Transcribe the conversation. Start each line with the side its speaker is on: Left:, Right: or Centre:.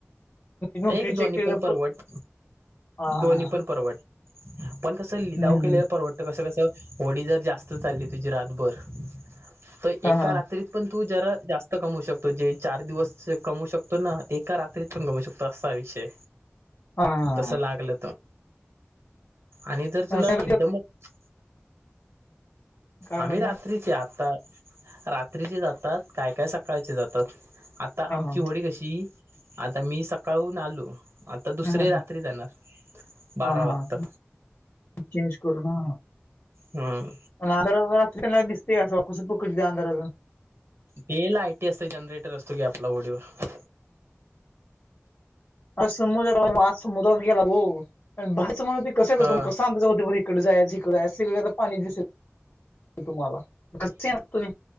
Left: नोटरी
Right: एक दो्
Left: चेक केलं
Right: पण पर्वत
Left: पर हा हा
Right: दो्ही
Left: हा
Right: पण पर्वत पण कसं लिलाव
Left: हम्म, हम्म.
Right: केलेला परवत कस कस होडी जर जास्त चालली तुझी रातभर तर
Left: हा
Right: एका
Left: हा
Right: रात्री पण तू जरा जास्त कमवू शकतो जे चार दिवस कमव शकतो ना एका रात्रीत पण कमवू शकतो ता विषय
Left: हा हा.
Right: तसं लागलं त आणि जर तुला
Left: असं
Right: एकदमच
Left: काय
Right: आम्ही
Left: म्हणणार
Right: रात्रीची आत्ता रात्रीचे जातात काय काय सकाळचे जातात आता
Left: हा
Right: आमची
Left: हा
Right: होडी कशी आता मी सकाळून आलो आता दुसरे
Left: हां,
Right: रात्री जाणार बारा
Left: हां,
Right: वाजता
Left: हां. चेंज कर ना
Right: हम्म
Left: पण अनुराधा त्यांना दिसतेय कावा कसं अंधाराचं
Right: ते ला आयटी असत जनरेटर असतो की आपला ओडीवर
Left: अ समुद्र आज समुद्रात गेला हो बारचं म्हण हो कसच
Right: ह
Left: हो कसं आमाय हो तिकडे जाय झिक सिक तर पाणी दिस तुम्हालातही